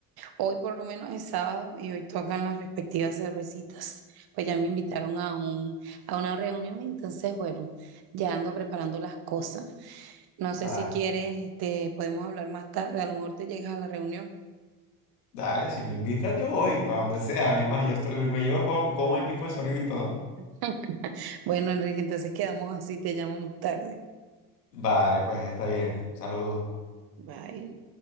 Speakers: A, on the right; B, on the left.
A: hoy por lo menos es sábado y hoy tocan las respectivas cervecitas. Pues ya me invitaron a un, a una reunión, entonces bueno, ya ando preparando las cosas. No
B: dale,
A: sé si quieres, este, podemos hablar más tarde, a lo mejor te llegas a la reunión.
B: dale, si me invitan yo voy, para donde sea, además yo estoy, yo llego con, con un equipo de sonido y todo.
A: <laughs> Bueno, Enrique, entonces quedamos así, te llamo más tarde.
B: Vale, pues está bien, saludos.
A: Bye.